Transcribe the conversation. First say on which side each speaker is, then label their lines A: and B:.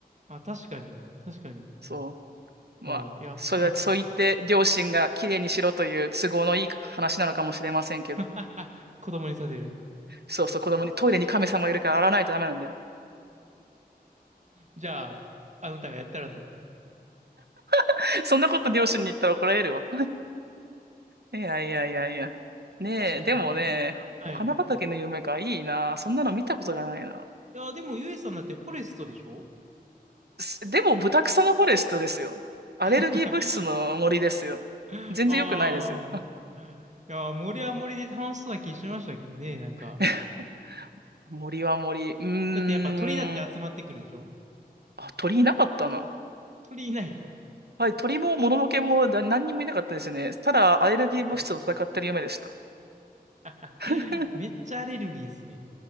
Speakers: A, on the right (about 45°); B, on the right (about 85°).
A: あ、確かに。確かに。
B: そ
A: はい。
B: う。まあ、
A: いや、
B: それは、
A: 神か。
B: そう言って両親がきれいにしろという都合のいい話なのかもしれませんけど。
A: <laughs> 子供にさせる。
B: そうそう、子供にトイレに神様いるから洗わないとダメなんだよ。
A: じゃあ、あなたがやったらと。
B: <laughs> そんなこと両親に言ったら怒られるわ。いやいやいやいや。ねえ、
A: 確かにな。
B: でもね、
A: はい。
B: お花畑の夢か、いいな。そんなの見たことがないな。
A: いや、でも、ゆえさんだってフォレストでしょ
B: すでも、ブタクサのフォレストですよ。アレルギー物質の森ですよ。
A: <laughs> <laughs> ああ。
B: 全然良くないですよ。
A: いやー、森は森で楽しそうな気しましたけどね、なんか。
B: <laughs> 森は森。うーん。
A: だってやっぱ鳥だって集まってくるでしょ
B: あ、鳥いなかったな。
A: 鳥いない。
B: はい、鳥ももののけもだ何にもいなかったですね。ただ、アレルギー物質と戦ってる夢でした。
A: はい <laughs>
B: <laughs>
A: めっちゃアレルギーっすね。